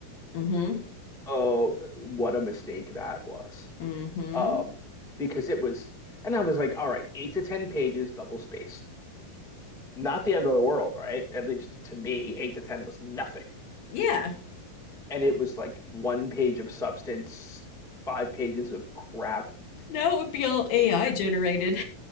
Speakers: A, on the left; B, in the centre.
A: Mm-hmm.
B: Oh, what a mistake that was.
A: Mm-hmm.
B: Um, because it was, and I was like, all right, eight to ten pages, double spaced. Not the end of the world, right? At least to me, eight to ten was nothing.
A: Yeah.
B: And it was like one page of substance, five pages of crap.
A: Now it would be all AI generated.